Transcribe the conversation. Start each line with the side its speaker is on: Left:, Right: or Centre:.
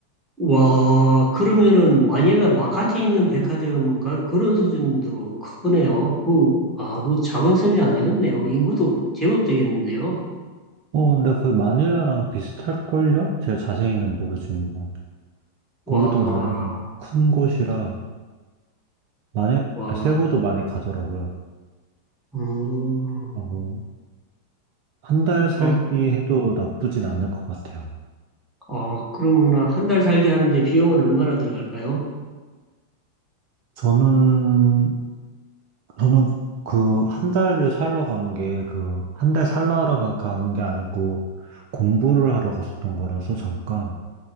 Centre: 와, 그러면은 마닐라 마카티 있는 백화점 가- 그런 수준으로 크네요. 그, 아, 그 작은 섬이 아니었네요. 인구도 제법 되겠는데요.
Right: 어, 근데 거의 마닐라랑 비슷할걸요? 제가 자세히는 모르지만.
Centre: 와,
Right: 거기도 나름 큰 곳이라, 마닐,
Centre: 와,
Right: 세부도 많이 가더라고요.
Centre: 음,
Right: 하고, 한 달 살기
Centre: 아,
Right: 해도 나쁘진 않을 것 같아요.
Centre: 어, 그러면 한 달 살게 하는데 비용은 얼마나 들어갈까요?
Right: 저는, 저는 그 한 달을 살러 간 게, 그, 한 달 살러 하러 간, 간게 아니고, 공부를 하러 갔었던 거라서 잠깐.